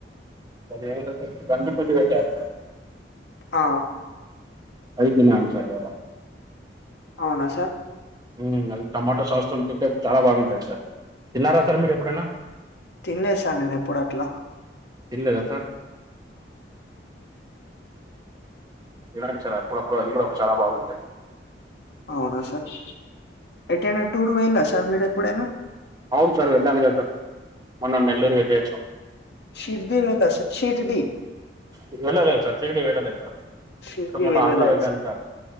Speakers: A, on the right; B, on the left.
A: ఏమంటర్ సార్ గంజు పిండి పెట్టాన్ సార్
B: ఆ
A: అయికిన్ అన్ సర్యావా
B: అవునా సార్
A: మ్ అది టమాటో సాస్తోన్ తింటే చాలా బాగుంటది సార్ తిన్నారా సార్ మీరెప్పుడైనా
B: తిన్లే సార్ నేన్ ఎప్పుడు అట్ల
A: తిన్లేదా సార్ తినాలి సార్ అప్పుడప్పుడు అది గుడా ఒక చాలా బాగుంటది.
B: అవునా సార్ ఎటైనా టూర్ పొయిన్ల సార్ మీరెప్పుడైన
A: అవున్ సార్ వెళ్ళాను కదా మొన్న నెల్లూర్ వెళ్ళి అచ్చాం.
B: షిరిడీ వెళ్ళస్తా చీటి ధీ
A: ఇటు వెళ్ళలేదు సార్ శిరిడీ వెళ్ళలే సార్
B: శిరిడీ
A: ఇప్పుడు మొన్న
B: వెళ్ళలె
A: ఆంధ్ర వెళ్ళాను సార్